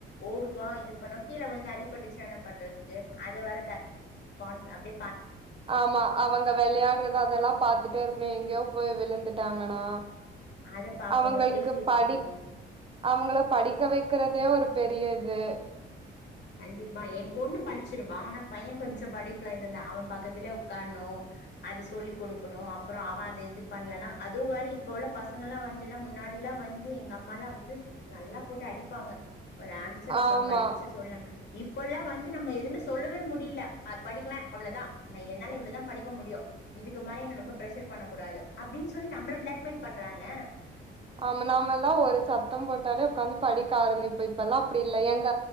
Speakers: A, on the left; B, on the right.
A: ஓடுவா இது பண்ணா கீழ விழுந்து அடிபட்டுச்சுனா என்ன பண்றதுக்கு அத வர க கான் அப்டே
B: ஆமா அவங்க வெளையாட்றது அதெல்லா பாத்துட்டே இருக்கணு எங்யோ போய் விழுந்துட்டாங்கனா
A: அத பாக்கணு
B: அவுங்கள்க்கு
A: சேஃப்டி
B: படி
A: பாக்கணு
B: அவுங்கள படிக்க வைக்கிறதே ஒரு பெரிய இது <inaudible>
A: கண்டிப்பா எ பொண்ணு படிச்சிருவா ஆனா பைய கொஞ்ச படிப்புல இது தா அவ பக்கத்துலே உக்கார்ணு அத சொல்லிக் குடுக்கணு அப்பற அவ அத இது பண்லன்னா அது வேற இப்ப உள்ள பசங்கல்லா வந்துல்ல முன்னாடில்லா வந்து எங்க அம்மால்லா வந்து நல்லா போட்டு அடிப்பாங்க ஒரு ஆன்சர்ஸ
B: ஆமா
A: படிச்சு சொல்ல இப்பல்லா வந்து நம்ம எதுவ்மே சொல்லவே முடில ஆ படிக்கல அவ்ளதா என்னால இவ்ளதா படிக்க முடியு இதுக்கு மேல என்ன ரொம்ப பிரஷர் பண்ண கூடாது அப்டின் சொல்லி நம்ள பிளாக்மெயில் பண்றாங்க
B: ஆமா நாமல்லா ஒரு சத்தம் போட்டாலே உக்காந்து படிக்க ஆரம்பிப்போ இப்பெல்லா அப்டி இல்ல எங்க